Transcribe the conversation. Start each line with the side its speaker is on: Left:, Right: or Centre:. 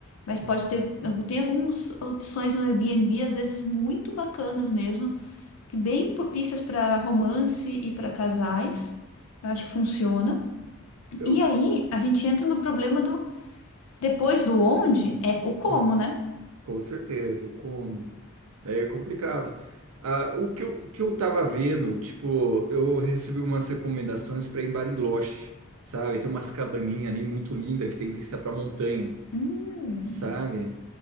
Left: mas pode
Right: Uhum.
Left: ter, tem algumas opções no Airbnb, às vezes muito bacanas mesmo, que bem propícias para romance e para casais. Eu acho que funciona.
Right: Eu,
Left: E aí a gente entra no problema do depois do onde é o como,
Right: Hum.
Left: né?
Right: com certeza, eu como. É complicado. Ah, o que eu, o que eu tava vendo, tipo, eu recebi umas recomendações para em Bariloche, sabe? Tem umas cabaninhas ali muito linda que tem vista para montanha,
Left: Hum.
Right: sabe?